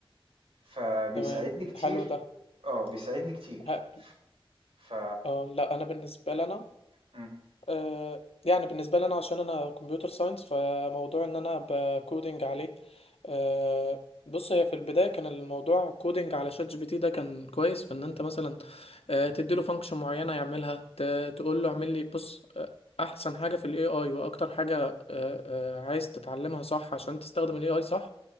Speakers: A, on the right; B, on the left.
A: فبيساعدني
B: تمام
A: كتير
B: حلو ده
A: اه بيساعدني كتير
B: ه-
A: ف
B: اه لا انا بالنسبة لنا
A: مم،
B: آه، يعني بالنسبة لي أنا عشان أنا كمبيوتر ساينس فموضوع إن أنا بكودينج عليه آه، بص هي في البداية كان الموضوع كودينج على شات جي بي تي ده كان كويس في إن أنت مثلا آه، تديله فانكشن معينة يعملها ت- تقول له اعمل لي بص آه، أحسن حاجة في ال AI وأكتر حاجة آه، آه، عايز تتعلمها صح عشان تستخدم ال AI صح